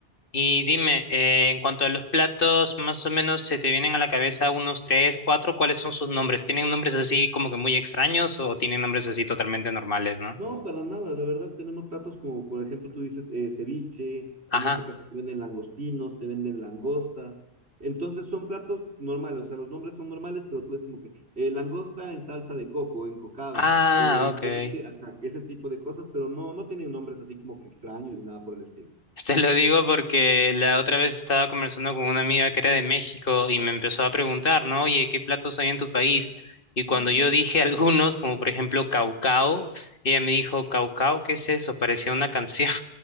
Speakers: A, on the left (about 60°); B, on the right (about 80°).
A: Y dime, eh, en cuanto a los platos, más o menos se te vienen a la cabeza unos tres, cuatro, ¿cuáles son sus nombres? ¿Tienen nombres así como que muy extraños o tienen nombres así totalmente normales, no?
B: No, para nada, de verdad tenemos platos como, por ejemplo, tú dices eh, ceviche, en
A: Ajá.
B: este caso te venden langostinos, te venden langostas, entonces son platos normales, o sea, los nombres son normales, pero tú es como que eh, langosta en salsa de coco, en cocada,
A: Ah,
B: eh,
A: ok.
B: ceviche, ajá, ese tipo de cosas, pero no, no tienen nombres así como que extraños ni nada por el estilo.
A: <laughs> Te lo digo porque la otra vez estaba conversando con una amiga que era de México y me empezó a preguntar, ¿no? Oye, ¿qué platos hay en tu país? Y cuando
B: Ujú.
A: yo dije <laughs> algunos, como por ejemplo caucao, ella me dijo, ¿caucao? ¿Qué es eso? Parecía una canción.